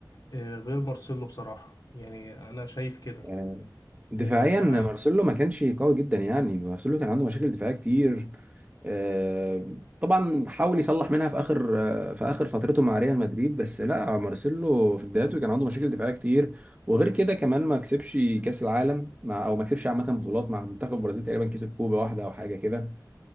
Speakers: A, on the left (about 65°); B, on the right (about 20°).
A: آه، غير مارسيلو بصراحة يعني أنا شايف كده
B: آه، دفاعيا
A: آه، ف
B: مارسيلو ما كانش قوي جدا يعني مارسيلو كان عنده مشاكل دفاعيه كتير آه، طبعا حاول يصلح منها في اخر آه، في اخر فترته مع ريال مدريد بس لا مارسيلو في بدايته كان عنده مشاكل دفاعيه كتير وغير كده كمان ما كسبش كاس العالم مع او ما كسبش عامه بطولات مع منتخب البرازيل تقريبا كسب كوبا واحده او حاجه كده